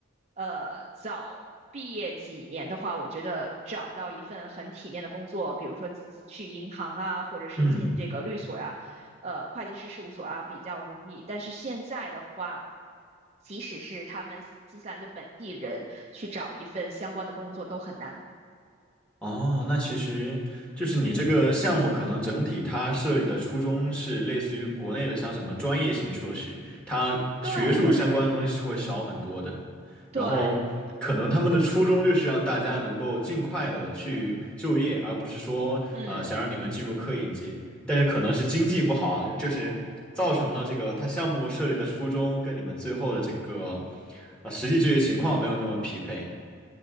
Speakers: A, on the right (about 30°); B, in the centre.
A: 呃早毕业几年的话，我觉得找到一份很体面的工作，比如说去银行啊，或者是进这个律所呀、
B: 嗯。
A: 呃会计师事务所啊，比较容易。但是现在的话，即使是他们新西兰的本地人去找一份相关的工作都很难。
B: 哦，那其实就是你这个项目可能整体它设立的初衷是类似于国内的像什么专业型硕士，它学术相关的东西是会少很多的。
A: 对对对对，
B: 然后可能他们的初衷就是让大家能够尽快的去就业，而不是说呃想让你们进入科研界。
A: 嗯。
B: 但是可能是经济不好啊，就是造成了这个他项目设立的初衷跟你们最后的这个呃实际就业情况没有那么匹配。